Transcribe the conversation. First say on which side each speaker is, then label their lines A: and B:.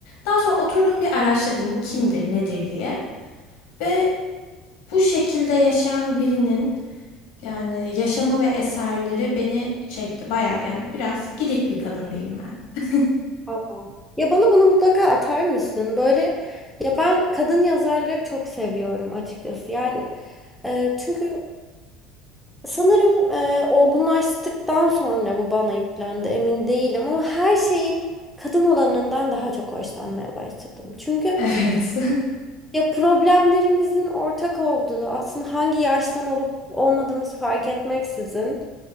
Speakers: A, on the left; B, in the centre.
A: Daha sonra oturdum bir araştırdım bu kimdir, nedir diye. Ve bu şekilde yaşayan birinin yani yaşamı ve eserleri beni çekti baya yani biraz gidik bir kadın diyeyim ben. <laughs>
B: Aa. Ya bana bunu mutlaka atar mısın? Böyle ya ben kadın yazarları çok seviyorum açıkçası. Yani e, çünkü Sanırım e, olgunlaştıktan sonra bu bana yüklendi, emin değilim ama her şeyin kadın olanından daha çok hoşlanmaya başladım. Çünkü
A: Evet.
B: ya problemlerimizin ortak olduğu, aslında hangi yaştan olup olmadığımız fark etmeksizin,